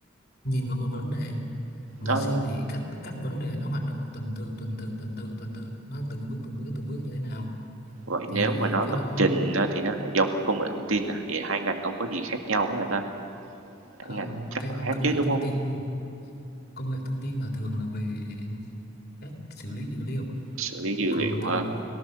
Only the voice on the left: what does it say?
nhìn vào một vấn đề mà
suy nghĩ cách cách vấn đề nó hoạt động tuần tự tuần tự tuần tự tuần tự nó từng bước từng bước từng bước như thế nào
thì
cái
đó
không
cái
ngành
công
nghệ
thông
tin công nghệ thông tin là thường là về cách xử lý dữ liệu
còn
tự
động